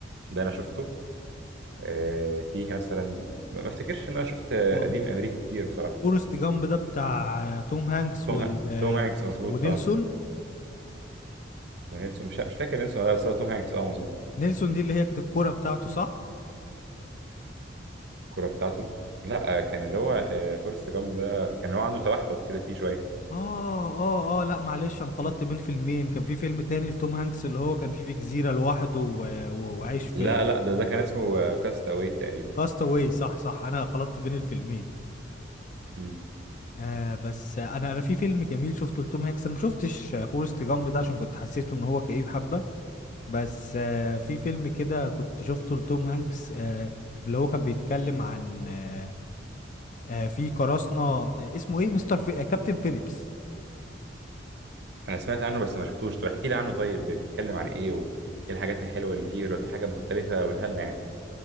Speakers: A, on the right; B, on the left.
A: ده أنا شفته آه، فيه مثلا ما ما افتكرش إن أنا شفت آه،
B: هو
A: قديم أمريكي كتير بصراحة
B: فورست جامب ده بتاع آه، توم هانكس
A: توم
B: وال
A: ها...
B: آه،
A: توم هانكس مظبوط
B: ونيلسون
A: اه ونيلسون مش مش فاكر نيلسون ولا لا، بس هو توم هانكس اه مظبوط
B: نيلسون دي اللي هي كانت الكورة بتاعته صح
A: الكوره بتاعته لا آه، كان اللي هو آه، فورست جامب ده كان هو عنده توحد كده فيه شويه
B: اه اه اه لا معلش انا خلطت بين فيلمين كان في فيلم تاني لتوم هانكس اللي هو كان فيه في جزيرة لوحده و- و- وعايش في
A: لا لا ده ده كان اسمه آه، كاست اواي تقريبا
B: كاستاوي صح صح انا خلطت بين الفيلمين
A: امم
B: آه بس انا انا في فيلم جميل شفته لتوم هانكس انا ما شفتش فورست جامب ده عشان كنت حسيته ان هو كئيب حبة بس آه في فيلم كده كنت شفته لتوم هانكس آه اللي هو كان بيتكلم عن آه آه في قراصنة آه اسمه ايه مستر في... آه كابتن فيليبس
A: انا سمعت عنه بس ما شفتوش طب احكي لي عنه طيب بيتكلم عن ايه وايه الحاجات الحلوه اللي فيه ولو في حاجه مختلفه قولها لنا يعني